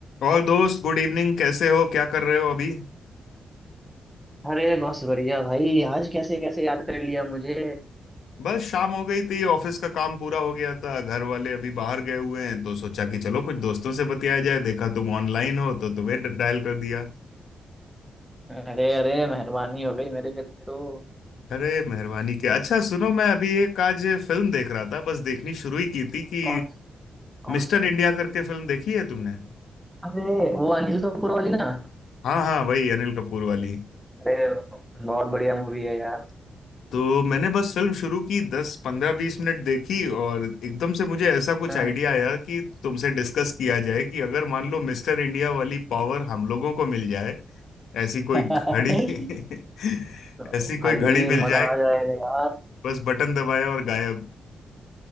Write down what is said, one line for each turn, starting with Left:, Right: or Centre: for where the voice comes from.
Left: और दोस्त good evening कैसे हो क्या कर रहे हो अभी
Centre: अरे बस बढ़िया भाई आज कैसे कैसे याद कर लिया मुझे
Left: बस शाम हो गई थी ऑफिस का काम पूरा हो गया था घर वाले अभी बाहर गए हुए हैं तो सोचा कि चलो कुछ दोस्तों से बतियाया जाए देखा तुम ऑनलाइन हो तो तुम्हें डायल कर दिया
Centre: अरे अरे मेहरबानी हो गई मेरे पे तो
Left: अरे मेहरबानी क्या अच्छा सुनो मैं अभी एक आज फिल्म देख रहा था बस देखनी शुरू ही की थी कि
Centre: कौन कौन
Left: मिस्टर
Centre: से
Left: इंडिया करके फिल्म देखी है तुमने
Centre: अरे वो अनिल कपूर वाली ना
Left: हाँ हाँ वही अनिल कपूर वाली
Centre: अरे बहुत बढ़िया मूवी है यार
Left: तो मैंने बस फिल्म शुरू की दस पंद्रह बीस मिनट देखी और एकदम से मुझे ऐसा कुछ
Centre: हाँ।
Left: आइडिया आया कि तुमसे डिस्कस किया जाए कि अगर मान लो मिस्टर इंडिया वाली पावर हम लोगों को मिल जाए ऐसी कोई
Centre: <laughs>
Left: घड़ी <laughs> ऐसी
Centre: भाई
Left: कोई घड़ी मिल
Centre: मजा
Left: जाए
Centre: आ जाएगा यार
Left: बस बटन दबाया और गायब